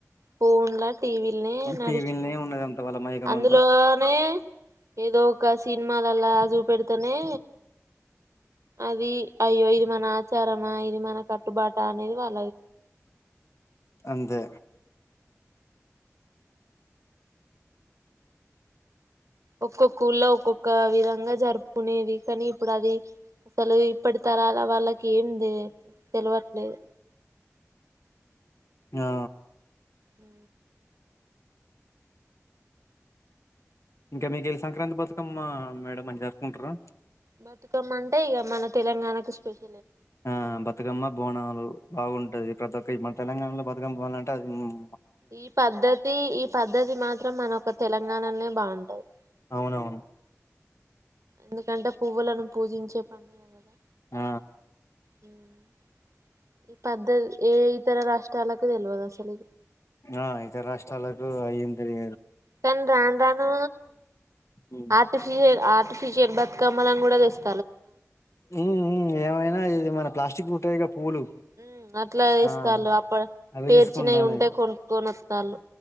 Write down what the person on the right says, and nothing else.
ఫోన్ల టీవీలని నడిచిపోతాం
అందులోనే
ఏదో ఒక సినిమాలలా చూ పెడితేనే అది అయ్యో ఇది మన ఆచారమా ఇది మన కట్టుబాట అనేది వా లా
ఒక్కొక్ స్కూల్ల్లో ఒక్కొక్క విధంగా ఇంగ జరుపుకునేది కానీ ఇప్పుడు అది అసలు ఇప్పటి తరాల వాళ్ళకి ఏం తే తెలివట్లేదు
ఉ
బతుకమ్మంటే ఇక మన తెలంగాణకు స్పెషల్
ఈ పద్ధతి ఈ పద్ధతి మాత్రం మనక తెలంగాణలోనే బాగుంటాది
ఎందుకంటే పువ్వులను పూజించే పండుగ కదా
హ్మ్ ఈ పెద్ద ఏ ఇతర రాష్ట్రాలకు తెల్వదు అసలు
తను రాను రాను
ఆర్టిఫి శిషి బతుకమ్మలను కూడా తె
ఉమ్ అట్లా తెస్తాలు
అప్ప
పేర్చినవి
ఉంటే కొనుక్కొని వత్తాలు